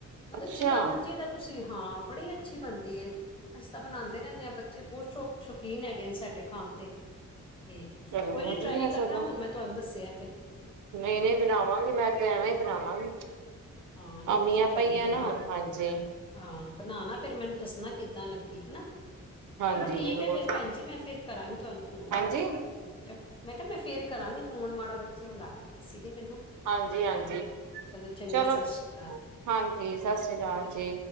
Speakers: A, on the left; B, on the right.
A: ਮਤਲਬ
B: ਅੱਛਾ
A: ਜਿੱਦਾਂ ਮਰਜ਼ੀ ਤੁਸੀਂ ਹਾਂ, ਬੜੀ ਅੱਛੀ ਬਣਦੀਏ ਅਸੀਂ ਤਾਂ ਬਣਾਉਂਦੇ ਰਹਿੰਦੇ ਹਾਂ, ਬੱਚੇ ਬਹੁਤ ਸ਼ੌਕ ਸ਼ੌਕੀਨ ਹੈਗੇ ਨੇ, ਸਾਡੇ ਖਾਣ ਦੇ ਤੇ
B: ਚਲੋ
A: ਕੋਈ ਨਈ
B: ਵਧੀਆ
A: ਟਰਾਈ ਕਰਨਾ,
B: ਸਗੋਂ
A: ਹੁਣ ਮੈਂ ਤੁਹਾਨੂੰ ਦੱਸਿਆ ਤੇ
B: ਨਹੀਂ- ਨਹੀ ਨ ਬਣਾਵਾਂਗੀ, ਮੈਂ ਤੇ ਐਵੇਂ ਹੀ ਬਣਾਵਾਂਗੀ
A: ਹਾਂ ਨਹੀਂ
B: ਅਮੀਆਂ
A: ਤੁਸੀਂ ਟਰਾਈ
B: ਪਈਆਂ
A: ਕਰਨਾ
B: ਨਾ, ਹਾਂਜੀ।
A: ਹਾਂ, ਬਣਾਣਾ ਫੇਰ ਮੈਨੂੰ ਦੱਸਣਾ, ਕਿੱਦਾਂ ਲੱਗੀ
B: ਹਾਂਜੀ
A: ਚਲੋ ਠੀਕ
B: ਜ਼ਰੂਰ
A: ਹੈ ਫੇਰ ਭੈਣ ਜੀ, ਮੈਂ ਫਿਰ ਕਰਾਂਗੀ ਤੁਹਾਨੂੰ ਫ਼ੋਨ
B: ਹਾਂਜੀ
A: ਤੇਰ ਮੈਂ ਕਿਹਾ ਮੈਂ ਫੇਰ ਕਰਾਂਗੀ ਫੋਨ, ਮਾੜਾ ਬੱਚੇ ਬੁਲਾ ਦਿੰਦੇ ਸੀਗੇ ਮੈਨੂੰ
B: ਹਾਂਜੀ- ਹਾਂਜੀ
A: ਹਾਂ ਚੰਗਾ
B: ਚਲੋ
A: ਸਤਿ ਸ਼੍ਰੀ ਅਕਾਲ
B: ਹਾਂਜੀ, ਸਤਿ ਸ੍ਰੀ ਅਕਾਲ ਜੀ।